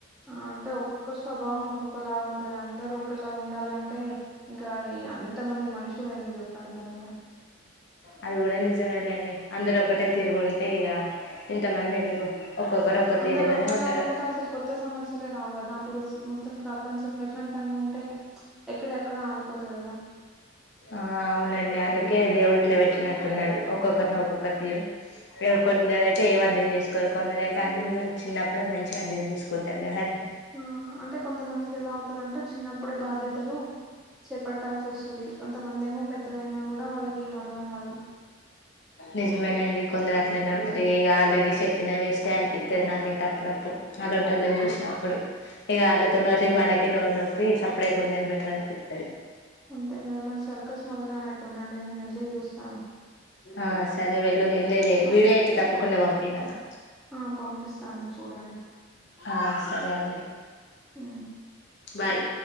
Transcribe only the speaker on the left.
అది కూడా నిజమ వెళ్ళండి అందరు ఒకక్కటే తిరుగుంటే ఇగ ఇంతమంది ఎందుకు ఒక్కొక్కరు ఒక్క
తీరుగానే
ఉంటారు
ఆ అవునండి అందుకే దేవుడి ఇట్లో పెట్టినట్టున్నాడు ఒక్కొక్కరిని ఒక్కొక్క తీరు కొందరు అయితే ఏం అర్థం చేసుకోరు కొందరు అయితే అన్ని చిన్నప్పుడే మంచిగా అర్థం చేసుకుంటారు కదాండి
నిజమేనండి కొందరు అట్లయినా ఉంటారు ఇక అలాగ చెప్పినా వేస్టే అనిపిస్తంది నాకతే అప్పుడప్పుడు వాళ్ళుంట వాళ్ళని చూసినప్పుడు ఇక వాళ్ళతో నరి మనకే నోరి నొప్పి సప్పుడేకు ఉండేది బెటర్ అనిపిస్తుంది
ఆ సరే వెళ్ళు ఎంజయ వీడియో అయితే తప్పకుండా పంపి నాకు
ఆ సరే అండి
బయ్